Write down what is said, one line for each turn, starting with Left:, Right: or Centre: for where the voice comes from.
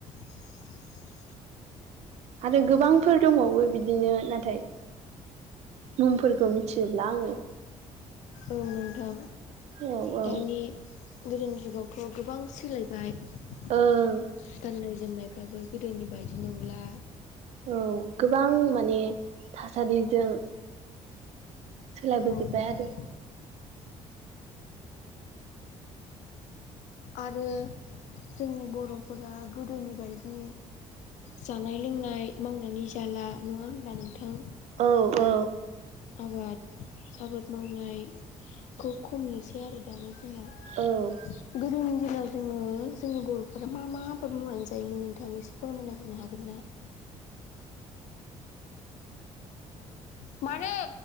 Left: <inaudible>
Right: आरो गोबांफोर दंबावो बिदि दिनो नाथाय मुंफोरखौ मिथिजोब्ला आङो
Left: औ नोंथां
Right: औ औ
Left: दानि गोदोनि जुगावथ' गोबां सोलायबाय गाननाय
Right: ओं
Left: जोमनाय फ्राबो गोदोनि बायदि नंला
Right: औ गोबां माने थासारिजों सोलायबोजोब्बाय
Left: औ नोंथां
Right: आरो
Left: आरो जोंनि बर'फोरा गोदोनि बायदि जानाय लोंनाय मावनानै जाला नङा होनबा नोंथां
Right: औ औ
Left: आबाद आबाद मावनायखौ खम नुसै आरो दानि दिनाव
Right: औ
Left: गोदोनि दिनाव जोङो जोंनि बर'फोरा मा मा आबाद मावनानै जायोमोन नोंथां एसे फोरमायना होनो हागोन ना <inaudible> मानो